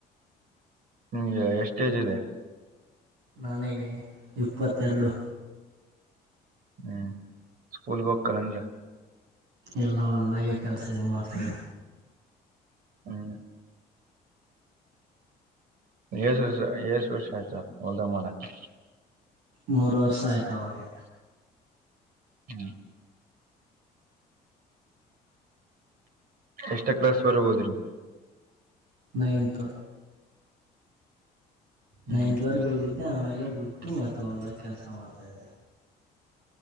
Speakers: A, on the right (about 60°); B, on the right (about 80°).
A: ನಿಮ್ಗೆ ಎಷ್ಟೇ ಯೆಜ್ ಇದೆ
B: ನನಗೆ ಇಪ್ಪತ್ತೆರಡು
A: ಹ್ಮ್ ಸ್ಕೂಲ್ಗೆ ಹೋಗ್ತಲ್ಲಂದ್ರ
B: ಎಲ್ಲ ಒದಾಗೆ ಕೆಲಸ ಇ ಮಾಡ್ತವಿ
A: ಹ್ಮ್ ಏಸು ವರ್ಷ ಏಷ್ಟ ವರ್ಷ ಆಯ್ತಾ ಹೊಲ್ದಾ ಮಾಡಕ
B: ಮೂರು ವರ್ಷ ಆಯ್ತ ಅವಾಗೆ
A: ಹ್ಮ್ ಎಷ್ಟ ಕ್ಲಾಸ್ ವರೆಗ ಹೋದ್ರಿ
B: ನೈನ್ತ್
A: ಹ್ಮ್
B: ನೈನ್ತ್ವರೆಗೆ ಹೋಗಿದ್ದೆ ಆಮೇಲೆ ಬಿಟ್ಟು ಮತ್ತೆ ಹೊಲ್ದಾಗ ಕೆಲಸ ಮಾಡ್ತಿದೆ